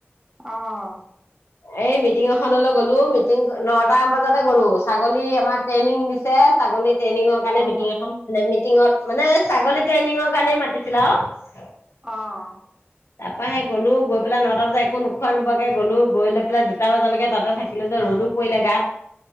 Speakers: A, on the right (about 15°); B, on the left (about 80°).
A: অ',
B: এই মিটিং এখনলৈ গ'লো মিটিং নটা বজাতে গ'লো ছাগলী আমাৰ ট্ৰেইনিং দিছে। ছাগলী ট্ৰেইনিংত কাৰণে
A: অ
B: মিটিং এখন মানে মিটিঙত মানে ছাগলী ট্ৰেইনিঙৰ কাৰণে মাতিছিল আৰু
A: অ',
B: তাৰপৰা সে গলো গৈ পেলাই নটা বজাত একো নোখোৱা-নোবোৱাকে গ'লো। গৈ লৈ পেলাই দুটা বজালৈকে তাতে থাকিলো যে ৰ'দো পৰিলে গাত